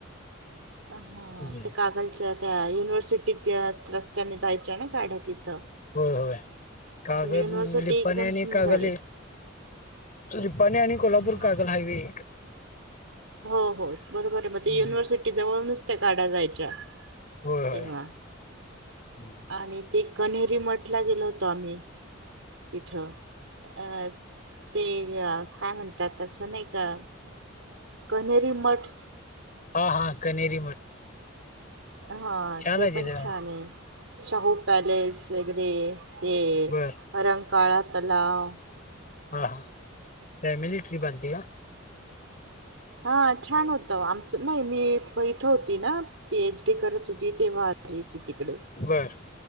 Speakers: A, on the right (about 75°); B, on the left (about 40°).
A: हा
B: हम्म,
A: ते कागलच्या त्या युनिव्हर्सिटीत रस्त्याने जायच्या ना गाड्या त
B: होय होय कागल
A: युनिव्हर्सिटी
B: लिपन
A: एकदम
B: आणि
A: सुंदर
B: कागल
A: आहे.
B: निप्पाणी आणि कोल्हापूर
A: हम्म
B: कागल हायवे.
A: हो हो बरोबर आहे
B: हम्म.
A: मगज युनिव्हर्सिटी जवळनुच त्या काढा जायच्या
B: होय.
A: तेव्हा.
B: हम्म.
A: आणि ते कन्हेरी मठला गेलो होतो आम्ही तिथ अं ते अ काय म्हणतात तस नाही का. कन्हेरी मठ
B: हा हा कनेरी मठ
A: हा
B: छान
A: ते
B: आहे
A: पण
B: तिथं
A: छान आहे शाहू पॅलेस वगैरे ते
B: बर
A: रंकाळा तलाव
B: हा हा फॅमिली ट्रिप आलती का.
A: हा छान होतं आमच नाही मी इथं होती ना पीएच डी करत होती तेव्हा आलती. तिकडे
B: बर